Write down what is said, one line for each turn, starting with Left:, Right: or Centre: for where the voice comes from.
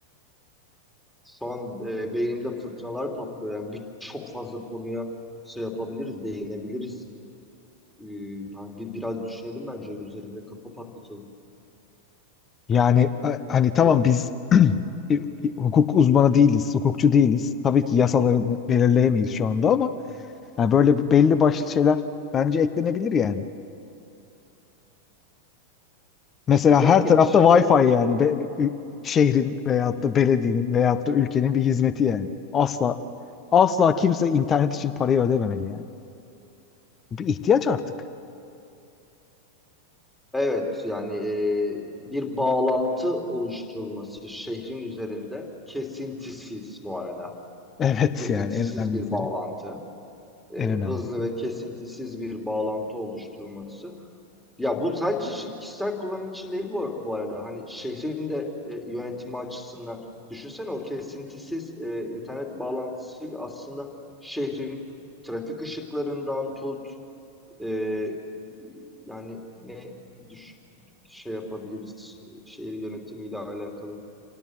Centre: Son e, beynimde fırtınalar patlıyor. Yani bir, çok fazla konuya şey yapabiliriz, değinebiliriz. Ee, yani bir, biraz düşünelim bence üzerinde kafa patlatalım.
Left: Yani a- hani tamam
Centre: Ya-
Left: biz <clears throat> e, hukuk uzmanı değiliz, hukukçu değiliz. Tabii ki yasalarını belirleyemeyiz şu anda ama yani böyle belli başlı şeyler bence eklenebilir yani. Mesela
Centre: Yani
Left: her tarafta
Centre: şimdi
Left: Wi-Fi
Centre: o
Left: yani. Be- bir- ü- şehrin veyahut da belediyenin veyahut da ülkenin bir hizmeti yani. Asla asla kimse internet için parayı ödememeli yani. Bu Bir ihtiyaç artık. <laughs>
Centre: evet yani e, bir bağlantı oluşturulması şehrin üzerinde kesintisiz bu arada.
Left: Evet
Centre: Kesintisiz
Left: yani en önemlisi.
Centre: bir bağlantı. E,
Left: En önemlisi.
Centre: hızlı ve kesintisiz bir bağlantı oluşturulması. Ya bu sadece şi- kişisel kullanım için değil bu, bu arada. Hani şehrin de e, yönetimi açısından düşünsene o kesintisiz e, internet bağlantısıyla aslında şehrin trafik ışıklarından tut e, yani ne düş- şey yapabiliriz şehir yönetimiyle alakalı.